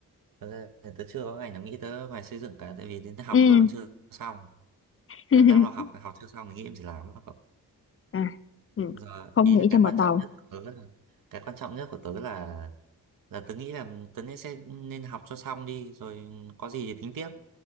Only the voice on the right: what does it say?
Thật ra thì tớ chưa có ngày nào nghĩ tớ ngoài xây dựng cả tại vì đến tớ học
tôi còn chưa xong
nên đang lo học học chưa xong thì nghĩ em gì làm đó cậu
giờ
ý là
cái
quan
trọng nhất của tớ là cái quan trọng nhất của tớ là là tớ nghĩ là tớ nên sẽ nên học cho xong đi rồi có gì thì tính tiếp